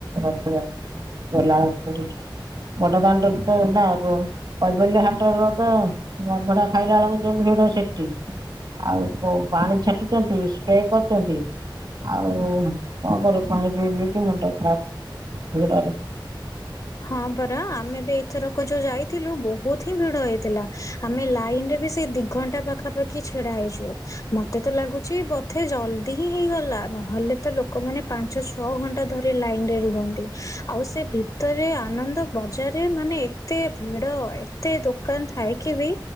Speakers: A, on the right (about 55°); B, on the left (about 45°).
A: ରଥଯାତ୍ରା ଗଲା <unintelligible> କରିକି। ବଡ଼ଦାଣ୍ଡରୁ ତ ନା ରୁହ କୈବଲ୍ୟ ହାଟର ତ ଅବଡା ଖାଇଲା ଅଳକୁ ଯୋଉ ଭିଡ ସେଟି! ଆଉ କ ପାଣି ଛାଟୁଛନ୍ତି ସ୍ପ୍ରେ କରୁଚନ୍ତି! ଆଉ କଁ କରି ପାଣି ପିଇ ପିଇକି ମୁଣ୍ଡ ଖରାପ ଭିଡ଼ରେ ଳ।
B: ହଁ ପରା ଆମେ ବି ଏଥରକ ଯୋଉ ଯାଇଥିଲୁ ବହୁତ ହିଁ ଭିଡ଼ ହେଇଥିଲା ଆମେ ଲାଇନ୍ ରେ ବି ସେଇ ଦି ଘଣ୍ଟା ପାଖାପାଖି ଛିଡ଼ା ହେଇଛୁ। ମତେ ତ ଲାଗୁଚି ବଧେ ଜଲଦି ହିଁ ହେଇଗଲା ନହେଲେ ତ ଲୋକମାନେ ପାଞ୍ଚ ଛଅ ଘଣ୍ଟା ଧରି ଲାଇନ୍ ରେ ରୁହନ୍ତି। ଆଉ ସେ ଭି ରେ ଆନନ୍ଦ ବଜାରରେ ମାନେ ଏତେ ଭିଡ଼ ଏତେ ଦୋକାନ ଥାଇକ ବି